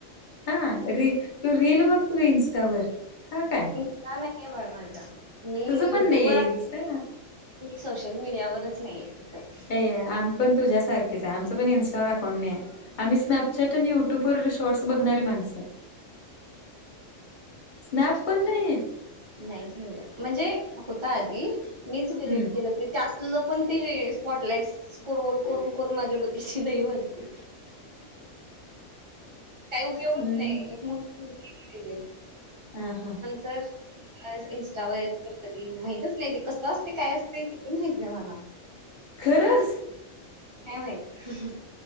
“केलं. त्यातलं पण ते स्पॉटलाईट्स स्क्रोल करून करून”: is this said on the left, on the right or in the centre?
Right